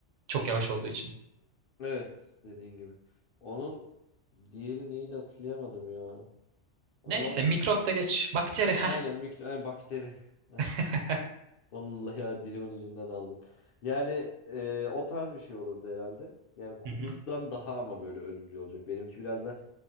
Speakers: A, on the right; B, on the left.
A: Çok yavaş olduğu için.
B: Evet dediğin gibi. Onun diğeri neydi hatırlayamadım ya. Ama
A: Neyse mikrop da geç. Bakteri.
B: aynen mikro, ay, bakteri. <laughs>
A: <laughs>
B: Vallahi ya dilimin ucundan aldım. Yani e, o tarz bir şey olurdu herhalde. Yani kuduzdan
A: Hı hı.
B: daha ama böyle ölümcül olacak. Benimki biraz da